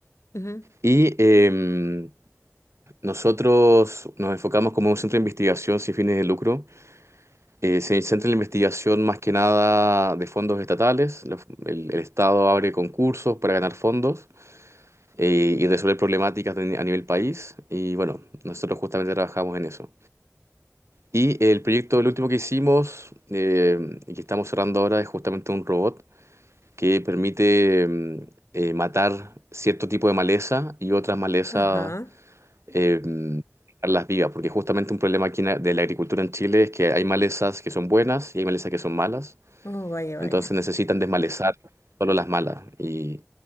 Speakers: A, on the left; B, on the right.
A: ujú.
B: Y... em, Nosotros nos enfocamos como un centro de investigación sin fines de lucro. Eh, se centra en la investigación más que nada de fondos estatales. Los- el, el Estado abre concursos para ganar fondos eh, y resolver problemáticas de- a nivel país. Y bueno, nosotros justamente trabajamos en eso. Y el proyecto, el último que hicimos eh, y que estamos cerrando ahora es justamente un robot que permite mm, eh, matar cierto tipo de maleza y otras malezas
A: Ajá.
B: eh, las vivas, porque justamente un problema aquí en la- de la agricultura en Chile es que hay malezas que son buenas y hay malezas que son malas,
A: Oh, vaya, vaya.
B: entonces necesitan desmalezar solo las malas. Y,